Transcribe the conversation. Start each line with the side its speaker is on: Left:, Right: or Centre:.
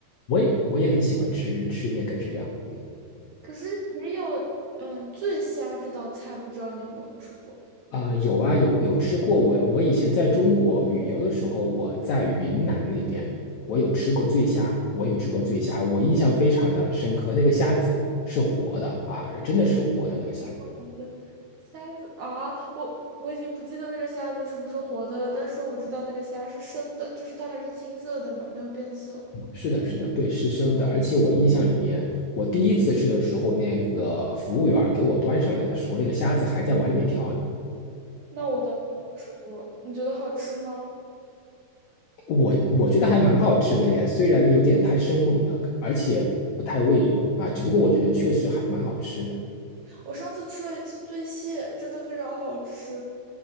Left: 我也我也很喜欢吃吃那个日料。嗯。
Right: 可是也有嗯醉虾这道菜，不知道你有没有吃过？
Left: 啊、有啊，有有吃过。我我以前在中国旅游的时候，我在云南那边，我有吃过醉虾，我有吃过醉虾，我印象非常的深刻。那个虾子是活的啊，真的是活的那个虾子。
Right: 好的，虾子啊，我我已经不记得那个虾子是不是活的了，但是我知道那个虾是生的，就是它还是青色的嘛，没有变色。
Left: 是的，是的，对，是生的。而且我印象里面，我第一次吃的时候，那个服务员儿给我端上来的时候，那个虾子还在碗里面跳呢。
Right: 那我倒没有吃过，你觉得好吃吗？
Left: 我我觉得还蛮好吃的耶，虽然有点太生猛了，而且不太卫生啊，
Right: 嗯，
Left: 只不过我觉得确实还蛮好吃的。
Right: 我上次吃了一次醉蟹，真的非常好吃。